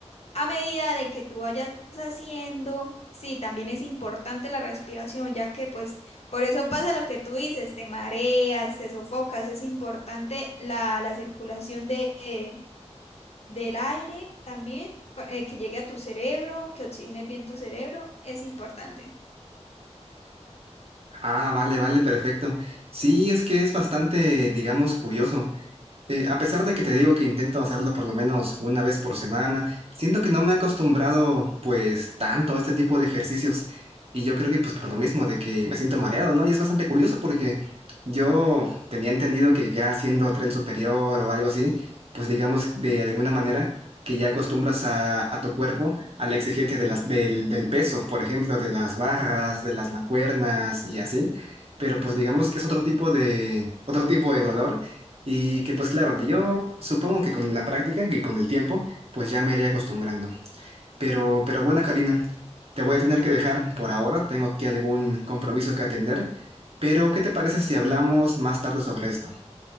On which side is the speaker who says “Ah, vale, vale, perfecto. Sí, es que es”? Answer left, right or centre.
Right